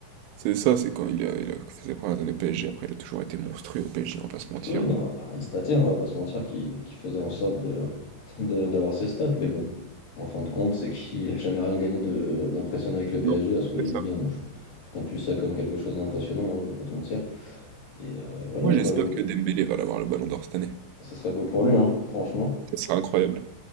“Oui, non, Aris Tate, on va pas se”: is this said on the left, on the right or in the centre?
Left